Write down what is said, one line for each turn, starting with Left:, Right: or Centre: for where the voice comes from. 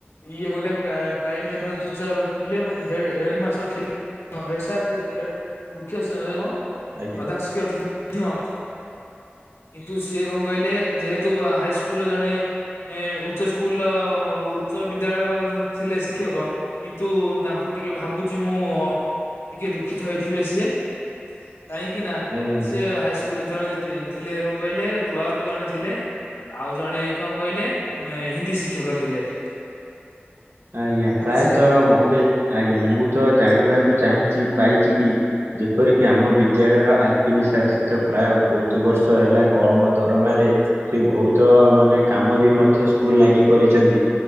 Left: ଇଏ ଗୋଟେ ପ୍ରା ପ୍ରାଇମେରୀର ଟିଚର ଥିଲେ ମତ ହେଡ ମାଷ୍ଟର ଥିଲେ। ହଁ ହେଡ ସାର୍ ଥିଲେ ମୁଖ୍ୟ ସହଯୋଗ।
Right: ଆଜ୍ଞା।
Left: ପ୍ରଧାନ ଶିକ୍ଷକ ଥିଲେ ମଧ୍ୟ କିନ୍ତୁ ସିଏ କଣ କହିଲେ ଯେ ହେତୁ ହାଇସ୍କୁଲ ଜଣେ ଏଁ ଉଚ୍ଚ ସ୍କୁଲ ର ଉଚ୍ଚ ବିଦ୍ୟାଳୟର ଥିଲେ ଶିକ୍ଷକ। କିନ୍ତୁ ତାଙ୍କୁ ଟିକେ ଭାବୁଛି ମୁଁ ଟିକେ ଦୁଃଖିତ ହେଇଥିବେ ସିଏ। କାହିଁକି ନା
Right: ଆଜ୍ଞା
Left: ସେ ହାଇସ୍କୁଲରେ ଯେତେବେଳେ ଥିଲେ କଣ କହିଲେ କ୍ଲର୍କ ଜଣେ ଥିଲେ। ଆଉ ଜଣେ କଣ କହିଲେ ହିନ୍ଦୀ ଶିକ୍ଷକ ଥିଲେ।
Right: ଆଜ୍ଞା, ପ୍ରାୟତ
Left: ବୁଝିଲେ
Right: ମୋତେ ଆଜ୍ଞା ମୁଁ ତ ଜାଣିବାକୁ ଚାହିଁଛି ପାଇଚି କି ଯେପରିକି ଆମ ବିଦ୍ୟାଳୟର ଆଲପିନି ସାର୍ ସିଏ ତ ପ୍ରାୟ ବହୁତ ବର୍ଷ ହେଲା କମ ଦରମାରେ ସିଏ ଭଉତ ମାନେ କାମ ବି ମଧ୍ୟ ସ୍କୁଲ୍ ନାଗି କରିଚନ୍ତି।